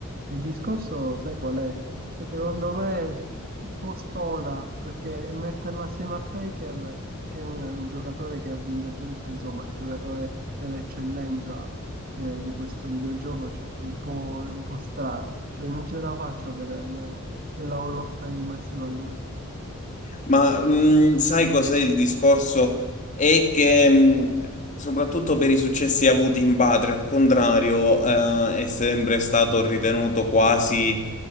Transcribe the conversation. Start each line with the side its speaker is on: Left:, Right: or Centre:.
Right: Il discorso, sai qual è? Che secondo me è un po' stona perché metterla assieme a Faker, che è un, un giocatore che ha vinto tutto, insomma, è il giocatore per eccellenza eh, di questo videogioco, cioè, è un po', è un po' strano. Cioè, non ce la faccio a vederlo nella Hall of Fame assieme a lui.
Left: Ma mh, sai cos'è il discorso? È che mh, soprattutto per i successi avuti in patria, al contrario, eh, è sempre stato ritenuto quasi